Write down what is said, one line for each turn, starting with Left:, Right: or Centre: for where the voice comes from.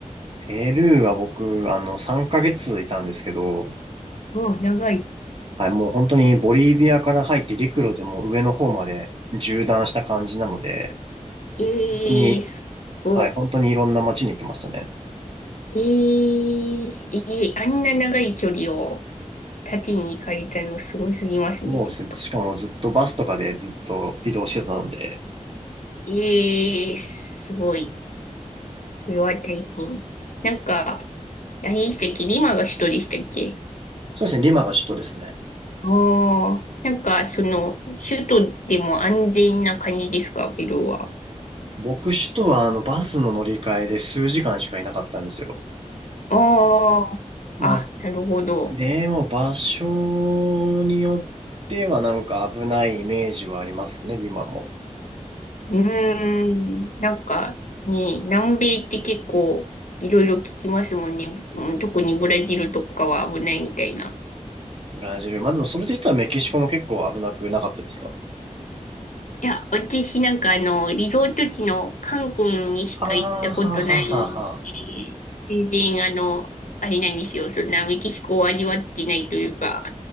Right: <laughs> ペルーは僕、あの、3ヶ月いたんですけど、
Left: おう長い。
Right: はい、もう本当にボリビアから入って陸路でもう上の方まで縦断した感じなので、
Left: えー、
Right: 本当に、
Left: すごい。
Right: はい、本当にいろんな街に行きましたね。
Left: いい、いい、あんな長い距離を縦に行かれたのすごすぎますね、
Right: もうですね、
Left: ちょっと。
Right: しかもずっとバスとかでずっと移動してたので、
Left: ええ、すごい。それは大変。なんか、何でしたっけリマが首都でしたっけ
Right: そうですね、リマが首都ですね。
Left: ああなんか、その、首都でも安全な感じですか、ペルーは。
Right: 僕首都はあのバスの乗り換えで数時間しかいなかったんですよ。
Left: ああ、
Right: まあ、
Left: あ、なるほど。
Right: でも場所によってはなんか危ないイメージはありますね、今も。
Left: うーん。なんか、ね、南米って結構いろいろ聞きますもんね。うん特にブラジルとかは危ないみたいな。
Right: ブラジル。まあでもそれで言ったらメキシコも結構危なくなかったですか
Left: いや、私なんかあの、リゾート地のカン君にしか行ったことないんで、
Right: ああ、はははは。
Left: 全然あの、あれなんですよ。そんなメキシコを味わってないというか。